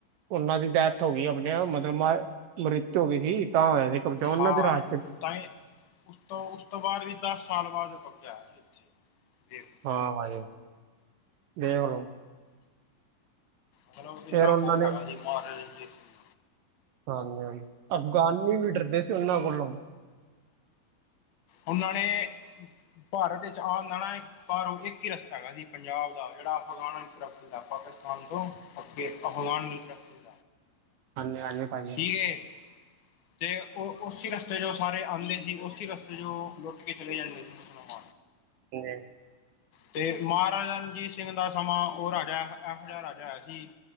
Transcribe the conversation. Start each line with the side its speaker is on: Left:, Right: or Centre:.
Right: ਉਹਨਾਂ ਦੀ ਡੈਥ ਹੋ ਗਈ, ਆਪਣੇ ਮਤਲਬ ਮ ਮ੍ਰਿਤੂ ਹੋ ਗਈ ਸੀ, ਤਾਂ ਹੋਇਆ ਸੀ ਕਬਜ਼ਾ ਉਹਨਾਂ
Left: ਹਾਂ
Right: ਦੇ ਰਾਜ
Left: ਤਾਂ ਉਸ ਤੋਂ ਉਸ ਤੋਂ ਬਾਅਦ ਵੀ, ਦਸ ਸਾਲ ਬਾਅਦ ਕਬਜ਼ਾ ਆਇਆ ਸੀ ਉੱਥੇ ਦੇਖ
Right: ਹਾਂ, ਭਾਜੀ ਦੇਖਲਉ
Left: ਮਤਲਬ ਇੰਨਾ
Right: ਫੇਰ ਉਹਨਾਂ
Left: ਖੋਫ
Right: ਨੇ
Left: ਹੈਗਾ ਸੀ, ਮਹਾਰਾਜ ਰਣਜੀਤ ਸਿੰਘ ਦਾ
Right: ਹਾਂਜੀ -ਹਾਂਜੀ, ਅਫਗਾਨੀ ਵੀ ਡਰਦੇ ਸੀ ਉਹਨਾਂ ਕੋਲੋਂ।
Left: ਉਹਨਾਂ ਨੇ, ਭਾਰਤ ਵਿੱਚ ਆਨਾਂ ਨਾ ਪਰ ਉਹ ਇੱਕ ਹੀ ਰਸਤਾ ਹੈਗਾ ਸੀ, ਪੰਜਾਬ ਦਾ <unintelligible> ਖੁੱਲਦਾ ਪਾਕਿਸਤਾਨ ਤੋਂ <unintelligible>
Right: ਹਾਂਜੀ- ਹਾਂਜੀ, ਭਾਜੀ।
Left: <unintelligible> ਤੇ ਉਹ ਉਸੀ ਰਸਤੇ ਚੋਂ ਸਾਰੇ ਆਉਂਦੇ ਸੀ, ਉਸੀ ਰਸਤੇ ਚੋਂ ਲੁੱਟ ਕੇ ਚਲੇ ਜਾਂਦੇ ਸੀ ਮੁਸਲਮਾਨ
Right: ਹਮ
Left: ਤੇ ਮਹਾਰਾਜਾ ਰਣਜੀਤ ਸਿੰਘ ਦਾ ਸਮਾਂ, ਉਹ ਰਾਜਾ ਇਹੋ ਜਿਹਾ ਰਾਜਾ ਹੈ ਸੀ।